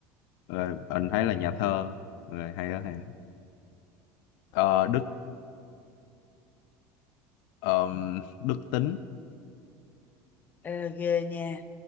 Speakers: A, on the left (about 70°); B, on the left (about 25°).
A: Ờ, mình thấy là nhà thơ. Rồi, hay đó, hay đó. Ờ, Đức ờm, Đức Tính.
B: Ờ, ghê nha.